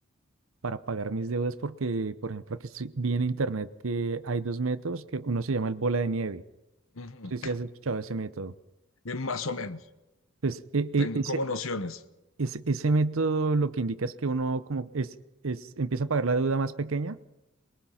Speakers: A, on the right; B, on the left.
A: para pagar mis deudas, porque, por ejemplo, aquí estoy, vi en internet que hay dos métodos, que uno se llama el bola de nieve
B: Ujú.
A: Sí, sí, has escuchado ese método.
B: Eh, más o menos,
A: Entonces, e- e-
B: tengo
A: ese,
B: como nociones.
A: ese, ese método lo que indica es que uno como es, es, empieza a pagar la deuda más pequeña